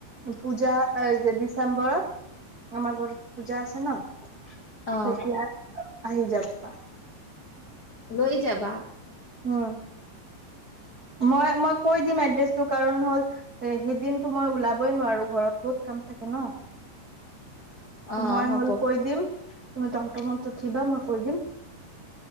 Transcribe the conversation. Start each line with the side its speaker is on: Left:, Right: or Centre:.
Right: পূজা যে ডিচেম্বৰতৰত আমাৰ ঘৰতৰত পূজা আছে ন
Left: অ
Right: তেতিয়া আহি যাবা।
Left: লৈ যাবা।
Right: উম মই মই কৈ দিম এড্ৰেছ সেইটো কাৰণ হ'ল এ সেই দিনতটো মই ওলাবই নোৱাৰো ঘৰত বহুত কাম থাকে ন
Left: অ
Right: মই
Left: হ'ব
Right: হ'ল কৈ দিম। তুমি তম তমত উঠিবা মই কৈ দিম।